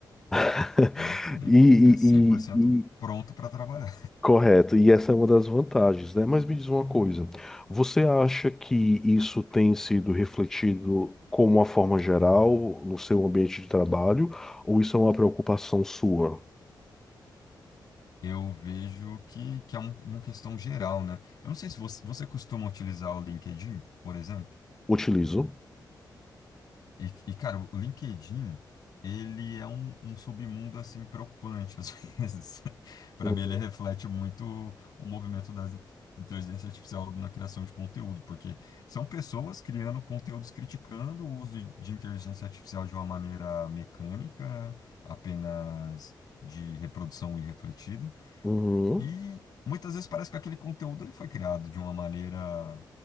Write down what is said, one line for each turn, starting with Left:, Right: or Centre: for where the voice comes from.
Centre: <laughs>
Left: Não tem.
Centre: E,
Left: É cem por cento
Centre: e,
Left: pronto para trabalhar.
Centre: Correto, e essa é uma das vantagens, né? Mas me diz uma coisa, você acha que isso tem sido refletido como uma forma geral no seu ambiente de trabalho, ou isso é uma preocupação sua?
Left: <laughs> Eu vejo que, que é um- uma questão geral, né? Eu não sei se você, você costuma utilizar o LinkedIn, por exemplo.
Centre: Utilizo.
Left: E, e, cara, o LinkedIn, ele é um, um submundo, assim, preocupante, às <laughs> vezes. Para
Centre: Uhum.
Left: mim, ele reflete muito o movimento das inteligência artificial na criação de conteúdo, porque são pessoas criando conteúdos criticando o uso de, de inteligência artificial de uma maneira mecânica, apenas de reprodução irrefletida,
Centre: Uhum.
Left: e muitas vezes parece que aquele conteúdo ele foi criado de uma maneira